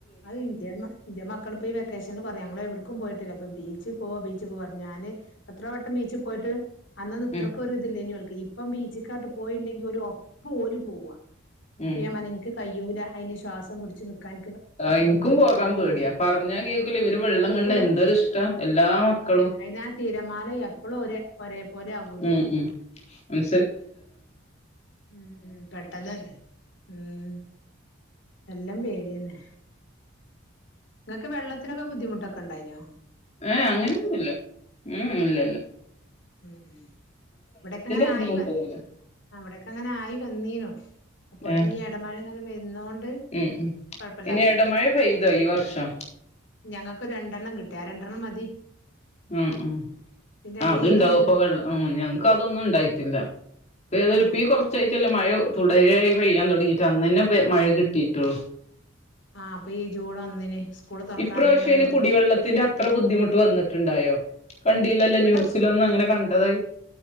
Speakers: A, on the left; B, on the left.
A: അതിന്റെ മ്മ ഇന്റെ മക്കളിപ്പോ ഈ വെക്കേഷനിൽ പറയും ഞങ്ങളെവിട്ക്കും പോയിട്ടില്ല. ഇപ്പൊ ബീച്ചിൽപോവാ ബീച്ചിൽ പോവാ ഞാന് എത്രവട്ടം ബീച്ചിൽ പോയിട്ട് അന്നൊന്നുമിത്രക്കൊരിതില്ല,
B: ഉം
A: ഇങ്ങോട്ട് ബീ ഇപ്പം ബീച്ചിക്കാട്ട് പോയില്ലെങ്കിൽ ഒരു ഒപ്പുപോലും പോവുവാ അപ്പ
B: ഉം
A: ഞാൻ പറഞ്ഞു എനിക്ക്കഴിയ്യൂല അതിനിഷ്- ശ്വാസംപിടിച്ചു നിൽക്കാൻ
B: എനിക്കും പോകാൻ പേടിയ, പറഞ്ഞാ കേൾക്കൂല ഇവര് വെള്ളം
A: കേക്കൂല
B: കണ്ടാലെന്തൊരിഷ്ടാ, എല്ലാ മക്കളും.
A: അയിനാ തിരമാല എപ്പളും ഒരേ ഒരേ പോലെ ആകൂലേ
B: ഉം.. ഉം
A: ഉം ഉം പെട്ടെന്ന് ഉം എല്ലാം പേടിതന്നെ നിങ്ങൾക്ക് വെള്ളത്തിനൊക്ക ബുദ്ധിമുട്ടൊക്കെ ഉണ്ടായിനോ
B: ഏ.. അങ്ങനെയൊന്നുമില്ല ഉം.. ഇല്ലില്ല..
A: ഉം.. ഉം ഇവിടൊക്കെയങ്ങനെയായി
B: ബുദ്ധിമുട്ടൊന്നുല്ല
A: വന്നു. അവിടൊക്കെയങ്ങനെ ആയിവന്നീനോ അപ്പൊതന്നെയീ
B: ഏഹ്
A: യിടമഴയിങ്ങനെ വരുന്നകൊണ്ട്
B: ഉം ഉം
A: കൊഴപ്പമില്ലാതെ
B: ഇനി
A: പോയി.
B: എടമഴ പെയ്തോ ഈ വർഷം
A: ഞങ്ങൾക്ക് രണ്ടെണ്ണം കിട്ടിയാറുണ്ട് രണ്ടെണ്ണം മതി
B: ഉം ഉം
A: ഇതിന്റെ എടേൽ
B: ആ അത്ണ്ടാവും
A: ഒന്ന്
B: അപ്പൊ
A: കിട്ടി
B: വെള്ള ഞങ്ങക്ക് അതൊന്നും ഉണ്ടായിട്ടില്ല ഇപ്പ ഏതായലും
A: ആഹ്
B: പ്പി കുറച്ചായിട്ടല്ലേ മഴ തുടയായി പെയ്യാൻ തുടങ്ങിട്ട് അന്നന്നെ മഴ കിട്ടിയിട്ടുള്ളു
A: ആ ഇപ്പോ ഈ ജൂൺ ഒന്നിന് സ്കൂള് തുറക്കണ
B: ഇപ്രാവശ്യം
A: അന്ന് ഇങ്ങനെ
B: അയ്ന്
A: അങ്ങട്
B: കുടിവെള്ളത്തിന്റെ
A: തൊടങ്ങി
B: അത്ര ബുദ്ധിമുട്ട് വന്നിട്ടുണ്ടായോ കണ്ടില്ലല്ലോ
A: ഇവിടെ
B: ന്യൂസിലൊന്നും അങ്ങനെ കണ്ടതായി